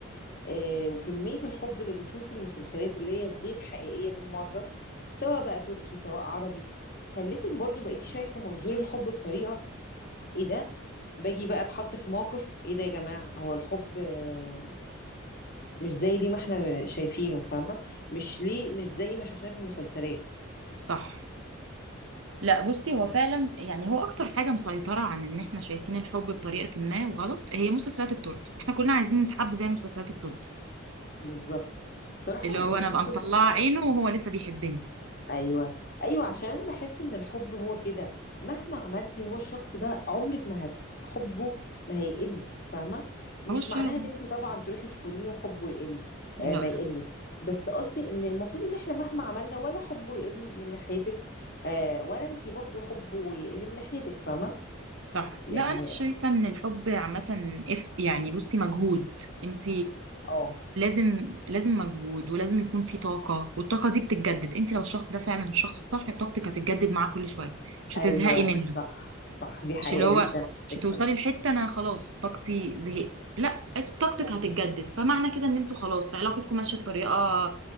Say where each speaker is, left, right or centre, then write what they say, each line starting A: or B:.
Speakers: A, on the left (about 45°); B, on the right (about 70°).
A: آه وكمية الحب اللي بنشوف في المسلسلات اللي هي غير حقيقية بالمرة سواء بقى تركي سواء عربي خلتك برضو بقيتي شايفة منظور الحب بطريقة ايه ده باجي بقى اتحط في موقف ايه ده يا جماعه هو الحب آه، مش زي ليه ما احنا شايفينه فاهمه مش ليه مش زي ما شفناه في المسلسلات
B: صح لا بصي هو فعلا يعني هو اكتر حاجه مسيطره عن ان احنا شايفين الحب بطريقه ما وغلط هي مسلسلات التركي احنا كلنا عايزين نتحب زي مسلسلات التركي
A: بالظبط بصراحه
B: اللي
A: المسلسلات
B: هو انا ابقى مطلعه
A: بتبقى حلوه
B: عينه وهو لسه بيحبني
A: ايوه ايوه عشان انا بحس ان الحب هو كده مهما عملتي هو الشخص ده عمرك ما هت حبه ما هيقل فاهمه
B: خلاص
A: مش معناها
B: شا-
A: ان انت طبعا تروحي تخونيه وحبه يقل آه
B: لا
A: ما يقلش بس قصدي ان المفروض ان احنا مهما عملنا ولا حبه يقل من ناحيتك آه ولا انت برضو حبه يقل من ناحيتك فاهمه
B: صح
A: يعني
B: لا انا شايفه ان الحب عامه اف يعني بصي مجهود انت
A: اه
B: لازم لازم مجهود ولازم يكون في طاقه والطاقه دي بتتجدد انت لو الشخص ده فعلا الشخص الصح طاقتك هتتجدد معاه كل شويه مش
A: ايوه
B: هتزهقي منها
A: صح صح دي حقيقه
B: مش اللي هو
A: جدا على
B: مش
A: فكره
B: هتوصلي لحته انا خلاص طاقتي زهقت لا طاقتك هتتجدد فمعنى كده ان انتوا خلاص علاقتكم ماشيه بطريقه